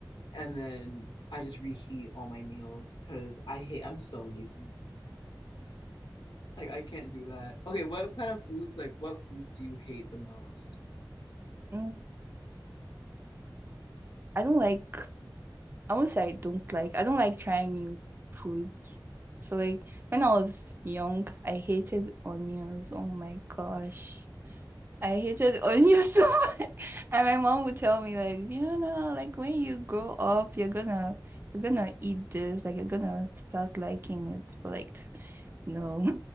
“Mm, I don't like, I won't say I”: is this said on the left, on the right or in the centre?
Right